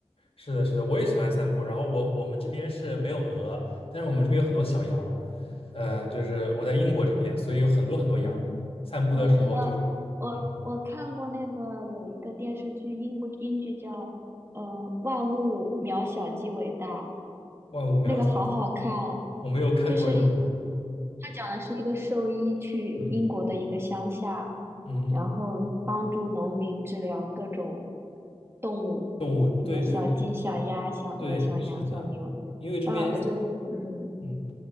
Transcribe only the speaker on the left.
是的，是的，我也喜欢散步。然后我我们这边是没有鹅，但是我们这边有很多小羊。嗯，就是我在英国这边，所以有很多很多羊。
散步的时候就是
嗯，
万物渺小。
我没有看过这部，
嗯嗯嗯，
动物，对对对
对，
是的，
因为这边
嗯，